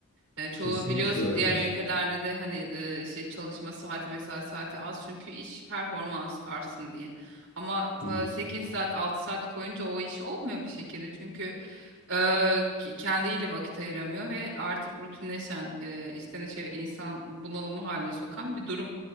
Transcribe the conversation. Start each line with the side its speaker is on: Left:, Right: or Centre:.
Right: E, çoğu
Left: Kesinlikle
Right: biliyorsun
Left: öyle.
Right: diğer ülkelerde de hani e, şey çalışma saati mesai saati az çünkü iş performans artsın diye. Ama
Left: Hı
Right: e,
Left: hı,
Right: sekiz saat 6 saat koyunca o iş olmuyor bir şekilde çünkü e, ke- kendiyle vakit ayıramıyor ve artık rutinleşen e, içten içe insan bunalımı haline sokan bir durum